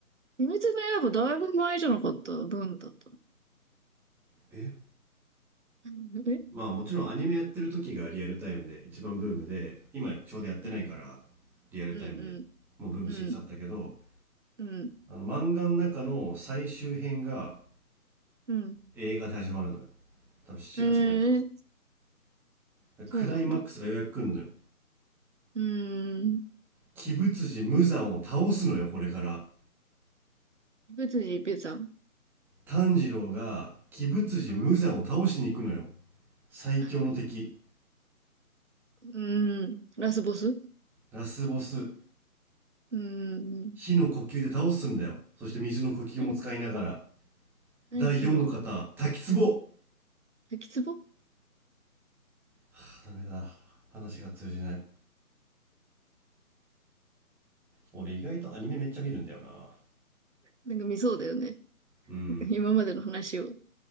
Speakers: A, on the right (about 50°); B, in the centre.
A: 秘密の刃だいぶ前じゃなかった分だったの。
B: え
A: うんえ
B: まあもちろんアニメやってる時がリアルタイムで一番ブームで今ちょうどやってないから
A: うん。
B: リアルタイムでもうブーム過ぎ去ったけど
A: うんうん。うん。うん。
B: あの漫画の中の最終編が
A: うん。
B: 映画で始まるのよ多分7月ぐらいか
A: ええー
B: なクライマックスがようやく来んのよ
A: そうなんだ。うーん。
B: 鬼舞辻無惨を倒すのよこれから
A: 別人別さん。
B: 炭治郎が鬼舞辻無惨を倒しに行くのよ
A: うん。は
B: 最強の敵
A: いうーん。ラスボスう
B: ラスボス、
A: ーん。
B: 火の呼吸で倒すんだよ。そして水の呼吸も使いながら。
A: い何火の粉
B: 第4の方、滝壺
A: 滝壺
B: はあ、ダメだ。話が通じない。俺意外とアニメめっちゃ見るんだよな。
A: なんか見そうだよね。
B: うん。
A: 今までの話を